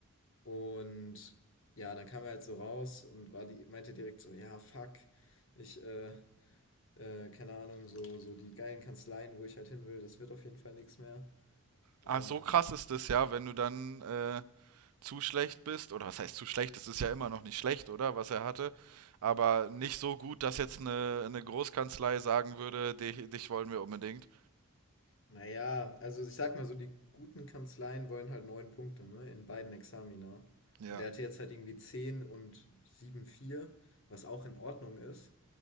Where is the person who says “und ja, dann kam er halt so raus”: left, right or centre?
Left